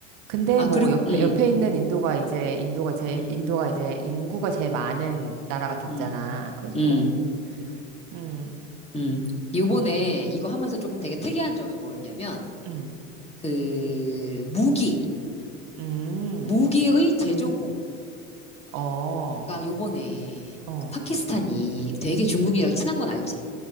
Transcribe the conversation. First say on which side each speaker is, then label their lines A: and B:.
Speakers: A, on the right; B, on the left.
A: 근데
B: 아
A: 뭐
B: 그리고
A: 옆에
B: 음,
A: 옆에 있는 인도가 이제 인도가 제
B: 음,
A: 인도가 이제 인구가 제일 많은 나라가 됐잖아.
B: 음,
A: 그래서
B: 음,
A: 뭐 음.
B: 음. 요번에 이거 하면서 조금 되게 특이한 점이 뭐였냐면
A: 음.
B: 그 무기
A: 음.
B: 무기의 제조국가
A: 어.
B: 요번에
A: 어.
B: 파키스탄이 되게 중국이랑 친한 건 알지?